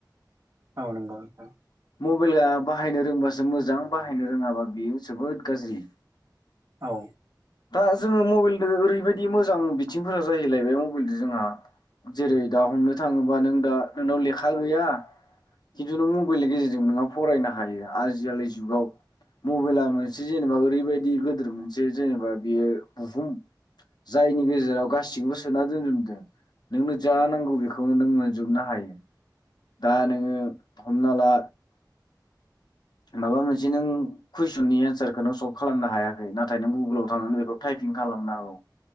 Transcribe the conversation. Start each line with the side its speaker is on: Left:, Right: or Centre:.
Right: औ नंगौ नोंथां।
Left: बाइला बाहायनो रोंबासो मोजां बाहायनो रोङाबा बेयो जोबोद गाज्रि।
Right: औ।
Left: दा जोङो मबाइलदो ओरैबायदि मोजां बि थिंफोरा जाहैलायबाय मबाइलजों जोंहा जेरै दा हमनो थाङोबा नों दा नोंनाव लेखा गैया खिन्थु नों मबाइलनि गेजेरजों नोंहा फरायनो हायो। आजिखालि जुगाव मबाइला मोनसे जेनेबा ओरैबायदि गिदोर मोनसे जेनेबा बेयो बुहुम जायनि गेजेराव गासिखौबो सोना दोनजोबदों। नोंनो जा नांगौ बेखौनो नों मोनजोबनो हायो। दा नोङो हमना ला माबा मोनसे नों कुइसननि एन्सारखौनो सल्भ खालामनो हायाखै। नाथाय नों गुगोलाव थांनानै बेखौ टाइपिं खालामनो हागौ